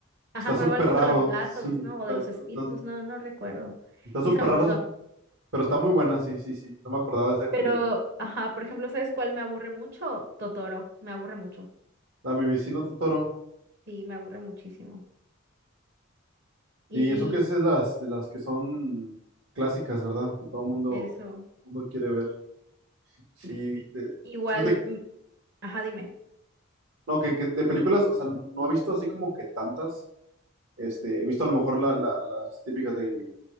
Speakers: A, on the right; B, on the right.
A: Ajá,
B: Está súper
A: cuando va al mundo
B: raro,
A: de los gatos,
B: sí,
A: ¿no?
B: está,
A: O de los
B: está,
A: espíritus,
B: está-
A: no, no recuerdo.
B: está súper
A: Esa me
B: raro,
A: gustó.
B: pero está muy buena, sí, sí, sí, no me acordaba de esa
A: Pero,
B: película.
A: ajá, por ejemplo, ¿sabes cuál me aburre mucho? Totoro, me aburre mucho.
B: La de Mi vecino Totoro.
A: Sí, me aburre muchísimo. Y
B: Y eso que es de las, de las que son clásicas, ¿verdad? Que todo mundo,
A: eso.
B: mundo quiere ver. Sí,
A: i-
B: de-
A: Igual,
B: fíjate,
A: mm, ajá, dime,
B: no, que, que de películas, o sea, no he visto así como que tantas. Este, he visto a lo mejor la- la- las típicas del,